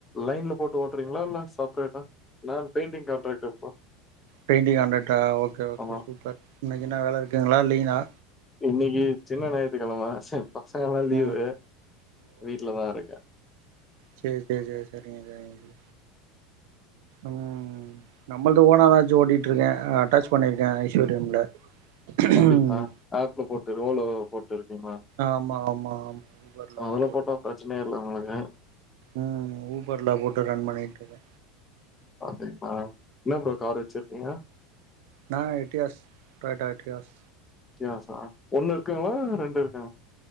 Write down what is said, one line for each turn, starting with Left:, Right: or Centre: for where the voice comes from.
Left: லைன்ல போட்டு ஓட்றீங்களா இல்ல செப்ரேட்டா நா பெயிண்டிங் கண்ட்ராக்டர் ப்ரோ
Right: பெயின்டிங் காண்ட்ராக்ட்டா ஓகே ஓகே
Left: ஆமா
Right: சூப்பர் இன்னைக்கு என்ன வேல இருக்குங்களா இல்லிங்ளா
Left: இன்னைக்கு சின்ன ஞாயித்து கெழம சோ பசங்கல்லா லீவு
Right: ம்
Left: வீட்லதா இருக்கே
Right: சேர் சேரி சேரி சேரிங்க சேரிங்க ம் நம்மள்து ஓனா வெச்சி ஓட்டிட்ருக்கே அட்டாச் பண்ணிருக்கே ஐஸ்வர்யம்ல ம்
Left: அப்டிங்ளா ஆப்ல போட்டு ஓலோ போட்டுருக்கீங்களா
Right: ஆமா ஆமா ஆமா ஊபர்ல
Left: லீவ
Right: தா
Left: போட்டா பிரச்சனையே இல்ல உங்களுக்கு
Right: ம் ஊபர்ல போட்டு ரன் பண்ணிட்ருக்கே
Left: அப்டிங்ளா என்ன ப்ரோ கார் வெச்சிருக்கீங்க
Right: நா எட்டியாஸ் டொயோட்டா எட்டியாஸ்
Left: எட்ரியாசா ஒண்ணுருக்குங்ளா ரெண்டு இருக்கா